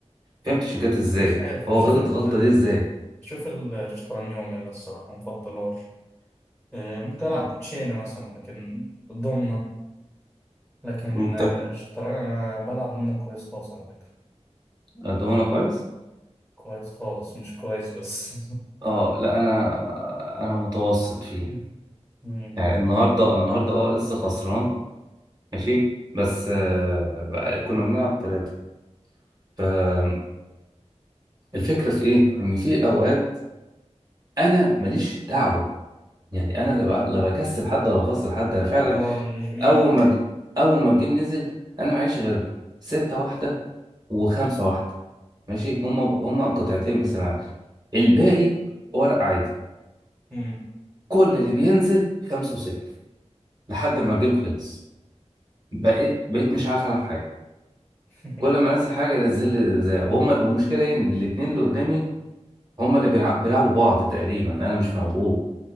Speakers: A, on the right; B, in the centre.
A: فهمتش جت ازاي
B: مش عارف
A: هو
B: شوف
A: غلط
B: ال
A: الغلطة دي ازاي
B: شوف الشطرنج يوم الصراحة مفضلهاش آه، ممكن ألعب
A: نعم
B: كوتشينة مثلا لكن ضمنة لكن
A: انت
B: آه، الشطرنج أنا بلعب ضمنة كويس خالص على فكرة
A: الضمانة كويس
B: كويس خالص مش كويس بس
A: اه لا انا انا متوسط فيه
B: <laughs> مم.
A: يعني النهارده النهارده اه لسه خسران ماشي بس آه بقى كنا بنلعب ثلاثة فالفكرة في ايه ان في اوقات انا ماليش دعوة يعني انا لا ب- لا بكسب حد ولا بخسر حد انا فعلا
B: اه مش بإيدك
A: اول ما ج- اول ما الجيم نزل انا معيش غير ستة واحدة وخمسة واحدة ماشي هما ب- هما قطعتين بس معايا الباقي ورق عادي
B: مم.
A: كل اللي بينزل خمسة وستة لحد ما الجيم خلص بقيت بقيت مش عارف العب حاجة
B: <laughs>
A: كل ما انزل حاجة انزل زي وهم والمشكلة ايه ان الاتنين اللي قدامي هما اللي بيلع- بيلعبوا بعض تقريبا انا مش موجود